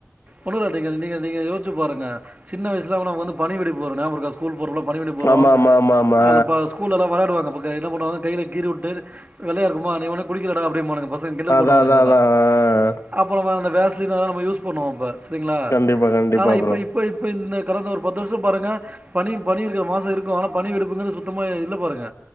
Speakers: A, on the right (about 30°); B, on the left (about 70°).
A: ஒண்ணுல்ல நீங்க நீங்க நீங்க யோஸ்ச்சி பாருங்க சின்ன வயசுல ஒன்னா ஒக்காந்து பணி வெடி போற நியாபகருக்கா போறோல்ல பனி வென்டி போறோ
B: ஆமா ஆமா ஆமா
A: அ
B: ஆமா
A: அதுல பா ஸ்கூல்லலா வெளாடுவாங்க அப்ப க என்ன பண்ணுவாங்க கைல கீரி வுட் துரு வெள்ளையாருக்குமா நீ உனக்கு புடிக்கிலடா அப்டீம்பானுங்க பசங் கிண்டல்
B: அதா
A: பண்ணுவானுங்க
B: அதா
A: அதுலா
B: அதா ஆ
A: அப்புறோமா அந்த ச்சிந்தாலு நம்ம யூஸ் பண்ணுவோ அப்ப சரிங்களா
B: கண்டிப்பா கண்டிப்பா
A: ஆனா இப்ப
B: ப்ரோ
A: இப்ப இப்ப இந்த கடந்த ஒரு பத்து வர்ஷோ பாருங்க பனி பனி இருக்குற மாசோ இருக்கோ ஆனா பனி வெடிப்புங்குறது சுத்தமா இல்ல பாருங்க